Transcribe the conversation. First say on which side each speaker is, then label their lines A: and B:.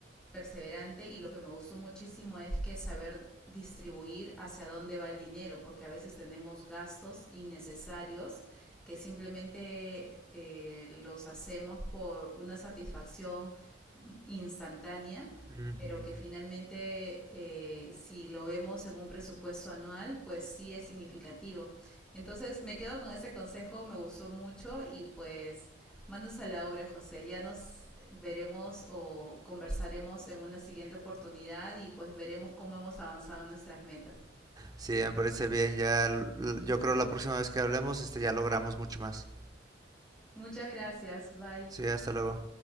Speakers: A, in the centre; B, on the right.
A: perseverante y lo que me gustó muchísimo es que saber distribuir hacia dónde va el dinero, porque a veces tenemos gastos innecesarios que simplemente eh, los hacemos por una satisfacción instantánea,
B: Ujú.
A: pero que finalmente eh, si lo vemos en un presupuesto anual, pues sí es significativo. Entonces me quedo con ese consejo, me gustó mucho y pues manos a la obra, José. Ya nos veremos o conversaremos en una siguiente oportunidad y pues veremos cómo hemos avanzado en nuestras metas.
B: Sí, me parece bien, ya l- yo creo la próxima vez que hablemos, este ya logramos mucho más.
A: Muchas gracias, bye.
B: Sí, hasta luego.